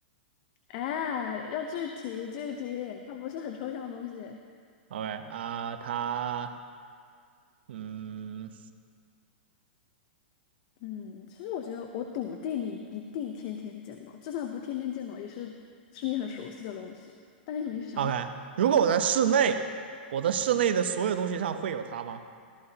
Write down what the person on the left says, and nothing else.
哎，要具体具体，它不是很抽象的东西。
嗯，其实我觉得我笃定你一定天天见到，就算不天天见到，也是是你很熟悉的东西，但你肯定是想不起。